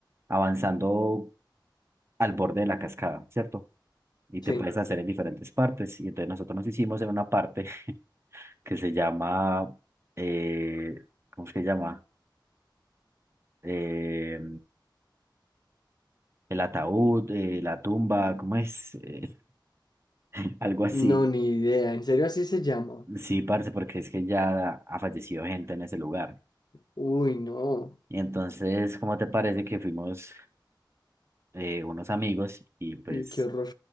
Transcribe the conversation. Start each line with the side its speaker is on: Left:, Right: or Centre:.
Right: avanzando al borde de la cascada, ¿cierto? Y
Left: Sí.
Right: te puedes hacer en diferentes partes. Y entonces nosotros nos hicimos en una parte <laughs> que se llama, eh, ¿cómo es que se llama? Eh, el ataúd, eh, la tumba, ¿cómo es? Eh, <laughs> algo así.
Left: No, ni idea. ¿En serio así se llama?
Right: Sí, parce, porque es que ya ha fallecido gente en ese lugar.
Left: Uy, no.
Right: Y entonces, ¿cómo te parece que fuimos eh, unos amigos y pues
Left: Uy, qué horror.